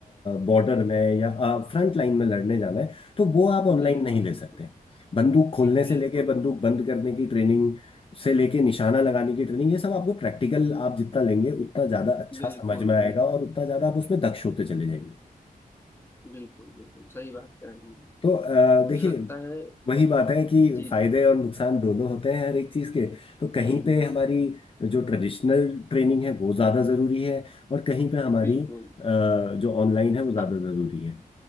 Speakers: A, on the left; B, on the left.
A: बॉर्डर में या फ्रंट लाइन में लड़ने जाना है तो वो आप ऑनलाइन
B: बिल्कुल
A: नहीं ले
B: बिल्कुल
A: सकते बंदूक खोलने
B: बिल्कुल
A: से लेके बंदूक बंद करने की ट्रेनिंग से लेके निशाना लगाने की ट्रेनिंग ये सब आपको प्रैक्टिकल आप जितना लेंगे उतना ज्यादा अच्छा
B: बिल्कुल
A: समझ में आएगा
B: बिल्कुल
A: और उतना ज्यादा आप उसमें दक्ष होते चले जाएंगे
B: बिल्कुल बिल्कुल सही बात कह रहे हैं
A: तो अ,
B: मुझे
A: देखिए
B: लगता है
A: वही बात है कि
B: जी
A: फायदे
B: जी
A: और नुकसान दोनों होते हैं हर एक चीज के तो कहीं
B: हम्म
A: पे हमारी जो ट्रेडिशनल ट्रेनिंग है वो ज्यादा जरूरी है और कहीं पे हमारी
B: बिल्कुल
A: अ, जो ऑनलाइन है वो ज्यादा
B: अब
A: जरूरी है